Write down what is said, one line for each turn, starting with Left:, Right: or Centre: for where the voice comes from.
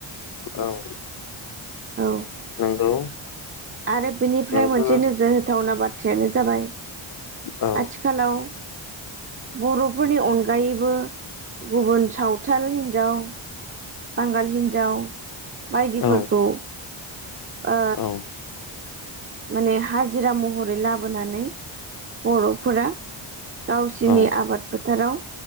Left: औ
Right: औ
Left: नंगौ
Right: आरो बिनिफ्राय
Left: नोंथाङा
Right: मोनसे नोजोर होथावना बाथ्रायानो जाबाय
Left: औ
Right: आथिखालाव बर'फोरनि अनगायैबो गुबुन सावथाल हिनजाव बांगाल हिन्जाव बायदिफोरखौ
Left: औ
Right: ओ
Left: औ
Right: माने हाजिरा महरै लाबोनानै बर'फोरा गावसिनि
Left: औ
Right: आबाद फोथाराव